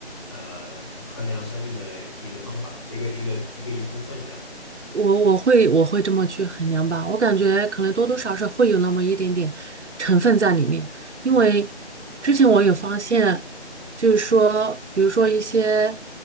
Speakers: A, on the left (about 25°); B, on the right (about 80°).
A: 呃衡量生命的一个方法，一个一个一个一部分这样。
B: 我我会我会这么去衡量吧，我感觉可能多多少少会有那么一点点成分在里面，因为之前我有发现，
A: 嗯
B: 就是说，比如说一些。